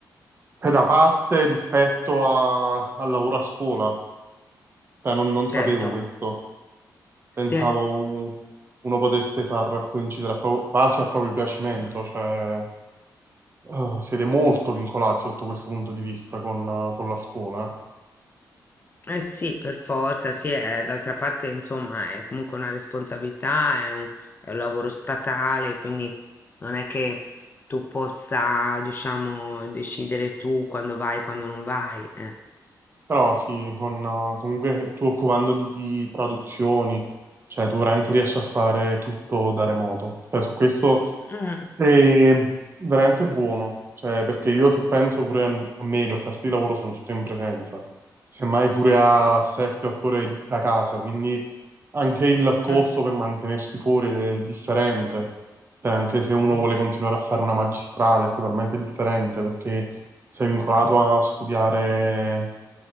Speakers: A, on the right; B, on the left.
A: cioè da parte rispetto a- al lavoro a scuola. Cioè, non, non
B: certo,
A: sapevo questo.
B: sì,
A: Pensavo un- uno potesse far coincidere a pro- quasi a proprio piacimento. Cioè, eh, siete molto vincolati sotto questo punto di vista con, con la scuola. eh.
B: eh sì, per forza, sì, eh, d'altra parte, insomma, è comunque una responsabilità, è un, è un lavoro statale, quindi non è che tu possa, diciamo, decidere tu quando vai, quando non vai. Eh.
A: Però sì, con, eh, comunque tu occupando di, di traduzioni, cioè tu veramente riesci a fare tutto da remoto. Cioè, su questo
B: Mm,
A: è veramente buono, cioè, perché io se penso pure a, a me, le offerte di lavoro sono tutte in presenza, semmai pure a
B: eh,
A: 7-8 ore da casa, quindi anche il costo
B: mm,
A: per mantenersi fuori è differente, Cioè, anche se uno
B: mm,
A: vuole continuare a fare una magistrale è totalmente differente perché sei vincolato a studiare